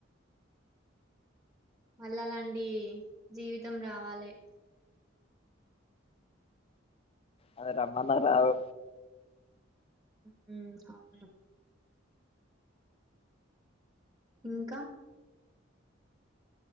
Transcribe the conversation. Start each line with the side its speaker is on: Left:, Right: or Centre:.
Right: మల్లలండి జీవితం రావాలె
Left: అది రమన్నా రావు
Right: ఉమ్మ్ అవును ఇంకా